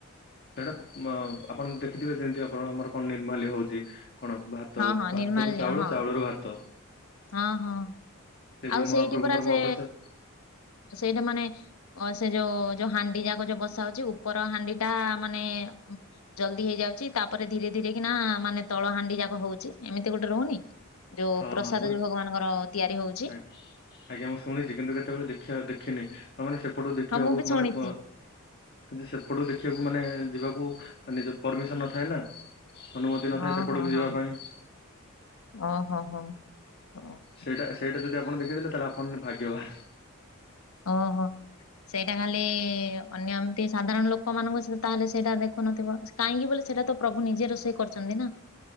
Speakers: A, on the left; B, on the left.
A: ସେଟା ମ-ଆପଣ ଦେଖିଥିବେ ଯେମିତି ଆପଣ ଆମର କଣ ନିର୍ମାଲ୍ୟ ହଉଚି କଣ ଭାତ
B: ହଁ ହଁ ନିର୍ମାଲ୍ୟ
A: ଭାତ ରୁ ଚାଉଳ
B: ହଁ
A: ଚାଉଳ ରୁ ଭାତ।
B: ହଁ ହଁ
A: ସେଭଳି
B: ଆଉ
A: ମହାପ୍ରଭୁଙ୍କର
B: ସେଇଠି ପରା ସେ
A: ମହାପ୍ରସାଦ
B: ସେଇଠେ ମାନେ ଅ ସେ ଯୋଉ ଯୋଉ ହାଣ୍ଡି ଯାକ ଯୋଉ ବସା ହଉଚି ଉପର ହାଣ୍ଡି ଟା ମାନେ ଜଲଦି ହେଇଯାଉଚି ତାପରେ ଧୀରେ ଧୀରେ କି ନା ମାନେ ତଳ ହାଣ୍ଡି ଯାକ ହଉଚି ଏମିତି ଗୋଟେ ରହୁନି? ଯୋଉ
A: ହଁ
B: ପ୍ରସାଦ
A: ହଁ ମୁଁ
B: ଯୋଉ ଭଗବାନଙ୍କର ତିଆରି ହଉଚି।
A: ଆ- ଆଜ୍ଞା ମୁଁ ଶୁଣିଚି କିନ୍ତୁ କେତେବେଳେ ଦେଖିବା ଦେଖିନି। ତାମାନେ ସେପଟୁ ଦେଖିବାକୁ
B: ହଁ ମୁଁ ବି ଶୁଣିଛି।
A: ମାନେ ପ କିନ୍ତୁ ସେପଟକୁ ଦେଖିବାକୁ ମାନେ ଯିବାକୁ ନିଜ ପରମିସନ ନଥାଏ ନା। ଅନୁମତି ନଥାଏ
B: ହଁ
A: ସେପଟକୁ
B: ହଁ
A: ଯିବା
B: ହଁ
A: ପାଇଁ
B: ଓ ହୋ ହୋ ହୋ ହଉ।
A: ସେଇଟା ସେଇଟା ଜଦି ଆପଣ ଦେଖିଦେଲେ ତାହେଲେ ଆପଣ ନ-ଭାଗ୍ୟବାନ୍।
B: ଓହୋ। ସେଇଟା ଖାଲି ଇ ଇ ଇ ଅନ୍ୟ ଏମତି ସାଧାରଣ ଲୋକ ମାନଙ୍କୁ ସେ ତାହେଲେ ସେଇଟା ଦେଖୁନଥିବ। କାହିଁକି ବୋଲେ ସେଟା ତ ପ୍ରଭୁ ନିଜେ ରୋଷେଇ କରିଛନ୍ତି ନା।